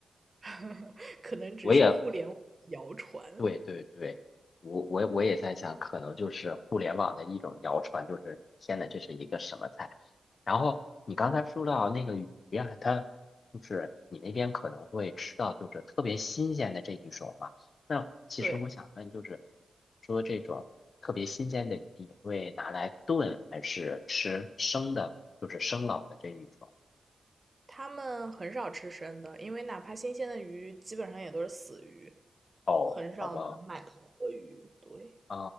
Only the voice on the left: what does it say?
我也对对对，我我我也在想，可能就是互联网的一种谣传，就是天呐，这是一个什么菜？然后你刚才说到那个鱼呀、它就是你那边可能会吃到就是特别新鲜的这一种嘛。那其实我想问，
就是说这种特别新鲜的鱼，你会拿来炖还是吃生的？就是生冷的这一种？
哦，
宝宝
啊